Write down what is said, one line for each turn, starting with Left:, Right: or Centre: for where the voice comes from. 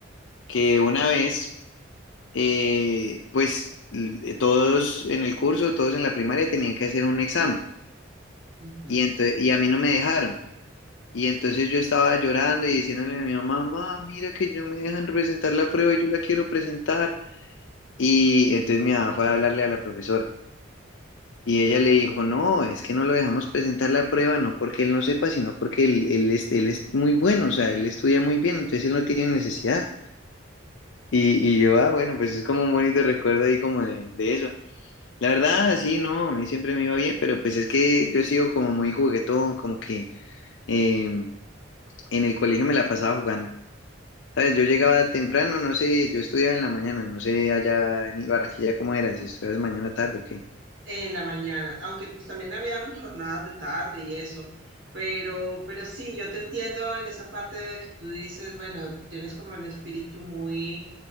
Left: que una vez... eh, pues l- eh, todos en el curso, todos en la primaria tenían que hacer un examen
Right: Ujú.
Left: y, entonces, y a mí no me dejaron. Y entonces yo estaba llorando y diciéndole a mi mamá, mamá, mira que yo me dejan presentar la prueba y yo la quiero presentar. Y entonces mi mamá fue a hablarle a la profesora y ella le dijo, no, es que no lo dejamos presentar la prueba, no porque él no sepa, sino porque él, él es, él es muy bueno, o sea, él estudia muy bien, entonces él no tiene necesidad. Y, y yo, ah, bueno, pues es como un bonito recuerdo ahí como de de eso. La verdad, sí, no, a mí siempre me iba bien, pero pues es que yo sigo como muy juguetón, como que eh, en el colegio me la pasaba jugando. ¿Sabes? Yo llegaba temprano, no sé, yo estudiaba en la mañana, no sé allá en Barranquilla cómo era, si estudias mañana tarde o qué.
Right: En la mañana, aunque pues también habían jornadas de tarde y eso, pero, pero sí, yo te entiendo en esa parte de que tú dices, bueno, tienes como el espíritu muy